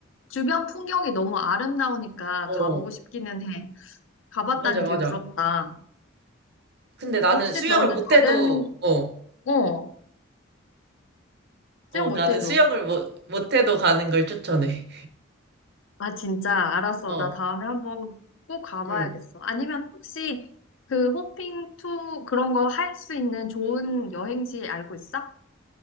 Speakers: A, on the left; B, on the right.
A: 주변 풍경이 너무 아름다우니까
B: 어,
A: 가보고 싶기는 해. 가봤다니
B: 맞아, 맞아.
A: 되게 부럽다.
B: 근데 나는
A: 혹시
B: 수영을
A: 너는
B: 못해도,
A: 다른,
B: 어,
A: 어,
B: 어,
A: 수영 못해도.
B: 나는 수영을 못, 못해도 가는 걸 추천해.
A: 아, 진짜, 알았어.
B: 어,
A: 나 다음에 한번 꼭 가봐야겠어.
B: 응.
A: 아니면 혹시 그 호핑 투 그런 거 할 수 있는 좋은 여행지 알고 있어?